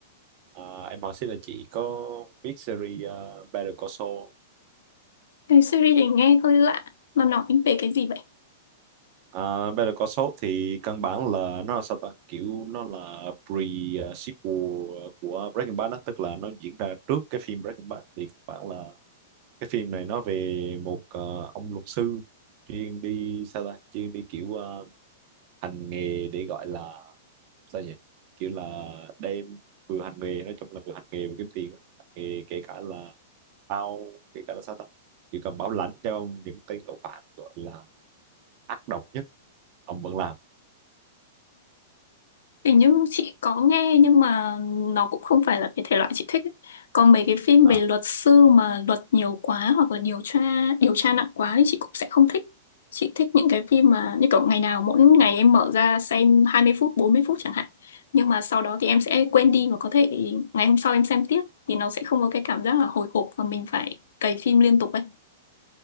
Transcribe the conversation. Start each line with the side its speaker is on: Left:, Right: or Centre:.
Right: à, em hỏi xin là chị có biết series uh, Better Call Saul
Left: cái series này nghe hơi lạ. Nó nói về cái gì vậy?
Right: À, Better Call Saul thì căn bản là nó là sao ta kiểu nó là pre-sequel của Breaking Bad đó tức là nó diễn ra trước cái phim Breaking Bad thì căn bản là cái phim này nó về một ờ, ông luật sư chuyên đi sao ta chuyên đi kiểu ờ, hành nghề để gọi là sao nhỉ kiểu là đem vừa hành nghề nói chung là vừa hành nghề vừa kiếm tiền á. hành nghề kể cả là bao kể cả là sao ta chỉ cần bảo lãnh cho ông những tên tội phạm gọi là ác độc nhất ông vẫn làm
Left: Hình như chị có nghe nhưng mà nó cũng không phải là cái thể loại chị thích ấy. Còn mấy cái phim
Right: À,
Left: về luật sư mà luật nhiều quá hoặc là điều tra điều tra nặng quá thì chị cũng sẽ không thích. Chị thích những cái phim mà như kiểu ngày nào mỗi ngày em mở ra xem 20 phút, 40 phút chẳng hạn. Nhưng mà sau đó thì em sẽ quên đi và có thể ngày hôm sau em xem tiếp thì nó sẽ không có cái cảm giác là hồi hộp và mình phải cày phim liên tục ấy.